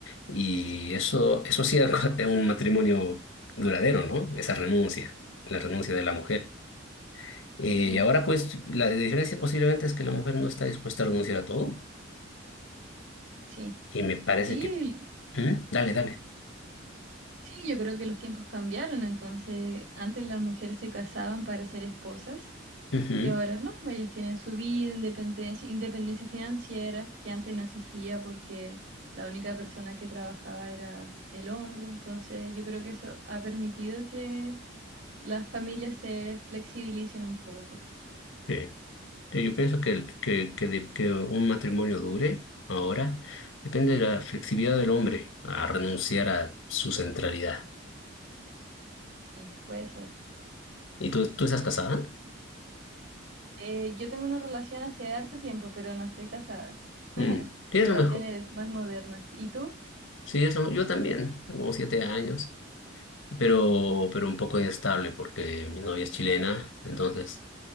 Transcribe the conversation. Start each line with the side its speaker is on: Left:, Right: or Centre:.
Left: Y eso, eso hacía <laughs> un matrimonio duradero, ¿no? Esa renuncia, la renuncia de la mujer. Eh,
Right: Sí,
Left: ahora, pues, la diferencia posiblemente es que la mujer no está dispuesta a renunciar a todo.
Right: sí,
Left: Y me parece
Right: sí,
Left: que... ¿Mm? Dale, dale.
Right: sí, yo creo que los tiempos cambiaron, entonces antes las mujeres se casaban para ser esposas
Left: Ujú.
Right: Y ahora no, ellas tienen su vida, independencia, independencia financiera, que antes no existía porque la única persona que trabajaba era el hombre. Entonces yo creo que eso ha permitido que las familias se flexibilicen un poco.
Left: Sí. Sí, Yo pienso que, que, que, de- que un matrimonio dure ahora depende de la flexibilidad del hombre a renunciar a su centralidad.
Right: Sí, puede ser.
Left: ¿Y tú, tú estás casada?
Right: Eh, yo tengo una relación hace harto tiempo, pero no estoy casada.
Left: Mm.
Right: <laughs>
Left: Sí, es
Right: Relaciones
Left: lo mejor.
Right: más modernas. ¿Y tú?
Left: Sí, es lo- yo también, tengo como siete años, pero,
Right: Mm.
Left: pero un poco inestable porque mi novia es chilena, entonces